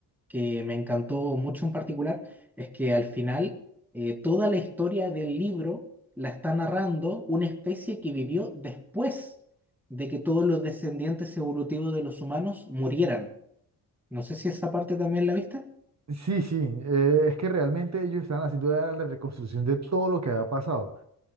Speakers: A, in the centre; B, on the right.
A: que me encantó mucho en particular es que al final eh, toda la historia del libro la está narrando una especie que vivió después de que todos los descendientes evolutivos de los humanos murieran. No sé si esa parte también la viste.
B: Sí, sí, eh, es que realmente ellos estaban haciendo la, la reconstrucción de todo lo que había pasado.